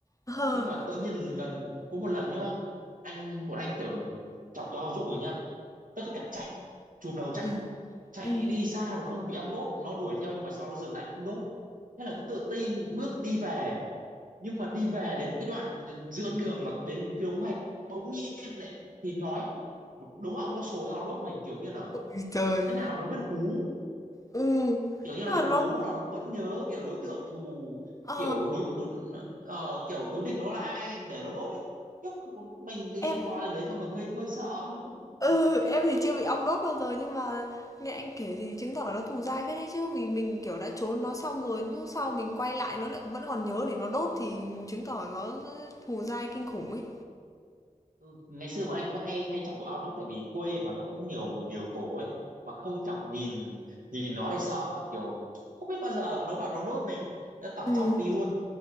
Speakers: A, on the left; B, on the right.
A: Ờ.
B: nhưng mà tự nhiên lần có một lần nhá anh một anh kiểu chọc tổ ong rụng rồi nhá tất cả chạy chùm đầu chạy
A: Ừ.
B: chạy
A: Ừ.
B: đi xa rồi không bị ong đốt nó đuổi theo nhưng mà sau nó dừng lại không đốt thế là cứ tự tin bước đi về nhưng mà đi về đến cái đoạn giữa đường mà đến cái đống gạch bỗng nhiên lại thì nhói một đống ong nó sổ ra nó đốt mình kiểu như là
A: Ôi trời.
B: cái nào nó biết hú
A: Ừ.
B: kiểu như
A: Nhưng
B: nó biết
A: mà nó
B: hú là nó vẫn nhớ kiểu đối tượng thù
A: ờ
B: kiểu đối, đối ờ, kiểu đối địch nó là ai để nó đốt ấy Khiếp, mình tự
A: em
B: nhiên qua lần đấy xong mình hơi hơi sợ <laughs>
A: ừ em thì chưa bị ong đốt bao giờ nhưng mà nghe anh kể thì chứng tỏ nó thù dai phết đấy chứ vì mình kiểu đã trốn nó xong rồi lúc sau mình quay lại nó lại vẫn còn nhớ để nó đốt thì chứng tỏ nó thù dai kinh khủng ấy.
B: Ừ, ngày xưa bọn anh cũng hay hay chọc tụi ong lắm tại vì quê mà nó cũng nhiều nhiều tổ ấy mà không chọc nhìn nhìn nó thì sợ kiểu không biết bao giờ nó vào nó đốt mình nó toàn
A: Ừ.
B: chọc đi luôn